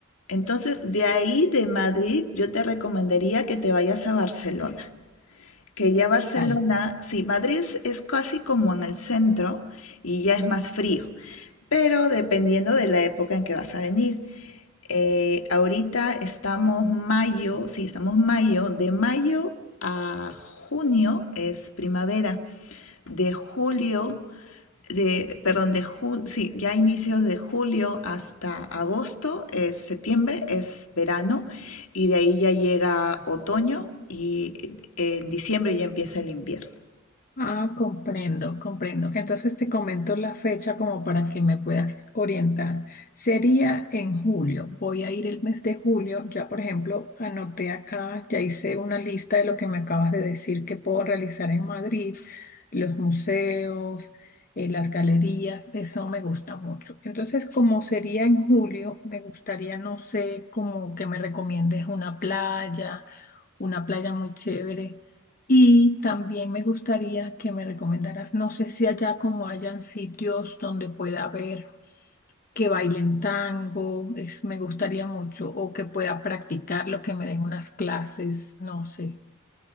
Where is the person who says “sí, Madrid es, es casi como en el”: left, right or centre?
Left